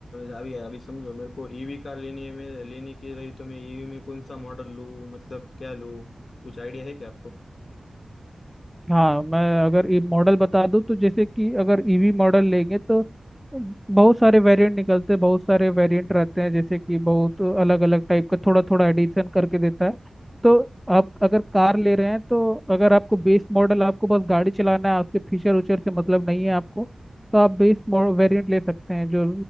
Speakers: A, on the left; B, in the centre.
A: अभी अभी समझो मेरे को ईवी कार लेनी है मैं लेने की रही तो मैं ईवी में कौन सा मॉडल लूँ मतलब क्या लूँ कुछ आइडिया है क्या आपको
B: हाँ मैं अगर ई मॉडल बता दूं तो जैसे कि अगर ईवी मॉडल लेंगे तो बहुत सारे वेरिएंट निकलते हैं बहुत सारे वेरिएंट रहते हैं जैसे कि बहुत अलग अलग टाइप का थोड़ा थोड़ा एडिशन करके देता है तो आप अगर कार ले रहे हैं तो अगर आपको बेस मॉडल आपको बस गाड़ी चलाना है उसके फीचर उचर से मतलब नहीं है आपको तो आप बेस वेरिएंट ले सकते हैं जो